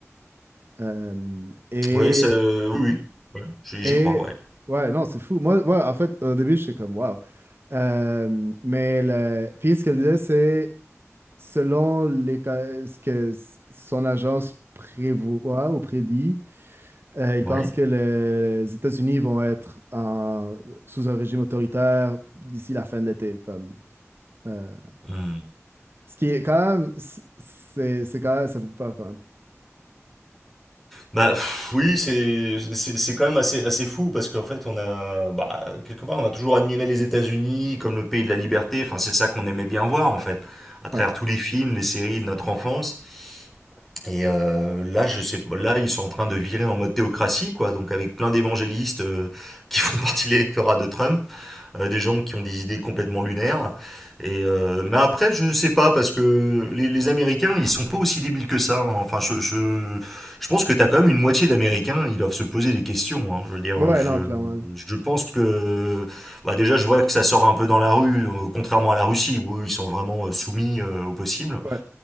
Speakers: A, on the right (about 45°); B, in the centre.
A: Euh, et,
B: Oui, c'est oui oui. Ouais, J'y
A: et.
B: j'y crois ouais.
A: Ouais, non, c'est fou. Moi, ouais, en fait, au début, j'étais comme waouh. Euh, mais le- puis ce qu'elle disait, c'est selon les, ca- ce que s- son agence prévoit ou prédit. Euh, il
B: Ouais.
A: pense que les États-Unis vont être en- sous un régime autoritaire d'ici la fin de l'été, comme euh,
B: Hum.
A: ce qui est quand même c- c'est c'est quand même ça fait peur quand même.
B: Bah pff, oui, c'est c'est c'est quand même assez assez fou parce qu'en fait on a bah, quelque part on a toujours admiré les États-Unis comme le pays de la liberté. Enfin c'est ça qu'on aimait bien voir en fait à travers
A: Ouais.
B: tous les films, les séries de notre enfance. Et euh, là je sais pas, là ils sont en train de virer en mode théocratie quoi, donc avec plein d'évangélistes euh, qui font partie de l'électorat de Trump euh, des gens qui ont des idées complètement lunaires. Et euh, mais après, je sais pas, parce que les, les Américains, ils sont pas aussi débiles que ça. hein. Enfin, je, je, je pense que t'as quand même une moitié d'Américains, ils doivent se poser des questions. hein. Je veux dire,
A: Ouais,
B: je,
A: non, clairement. là.
B: je pense que bah déjà, je vois que ça sort un peu dans la rue, euh, contrairement à la Russie, où eux, ils sont vraiment euh, soumis euh, au possible.
A: Ouais.